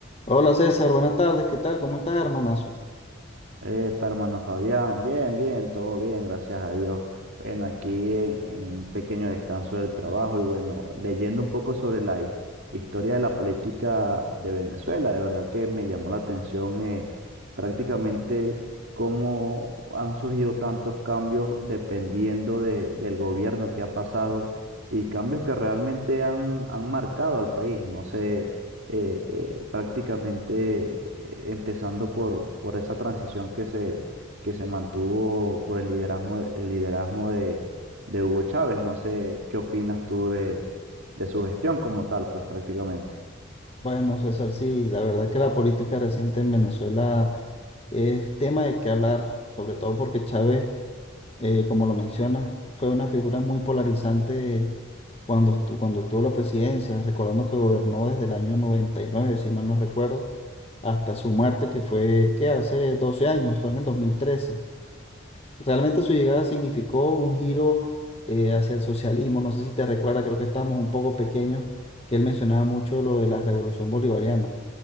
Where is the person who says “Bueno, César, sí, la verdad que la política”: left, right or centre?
Left